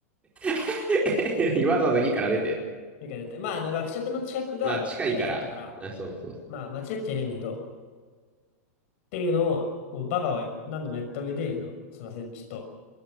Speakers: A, on the right; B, on the left.
A: <laughs> わざわざ家から出て。
B: てか絶対まあ、あの、学食の近くが駅だったから、
A: まあ、近いから。あ、そうそう。
B: まあ、間違っちゃいないんだけど、っていうのを、もうバカを何度もやった上で、あのすいません、ちょっと、